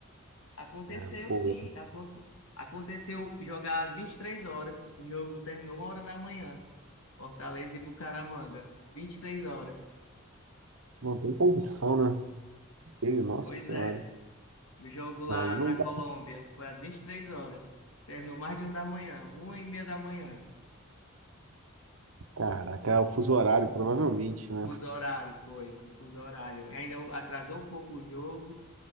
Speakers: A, on the left; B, on the right.
A: Aconteceu,
B: né? Pô,
A: sim. acon- Aconteceu jogar às 23 horas. O jogo terminou uma hora da manhã. Fortaleza e Bucaramanga. vinte e três horas.
B: não tem condição, né? Ele, nossa
A: Pois
B: senhora,
A: é. O jogo lá
B: aí não
A: na
B: dá.
A: Colômbia foi às 23 horas. Terminou mais de uma da manhã, uma e meia da manhã.
B: Caraca, é o fuso horário, provavelmente, né?
A: Fuso horário, foi, fuso horário. E Ainda atrasou um pouco o jogo.